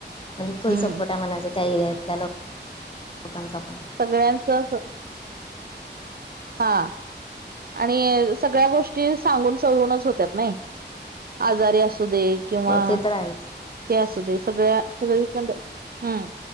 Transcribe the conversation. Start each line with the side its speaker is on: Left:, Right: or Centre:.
Left: म्हणजे फुल
Right: हम्म
Left: सपोर्ट आहे म्हणाचा त्या एरियातल्या लोकांचा पण.
Right: सगळ्यांचं अस हां. आणि सगळ्या गोष्टी सांगून सवरूनच होतात नाही आजारी असं असं दे किंवा
Left: हो ते तर आहेच
Right: हे असू दे सगळ्या सगळीकडन हम्म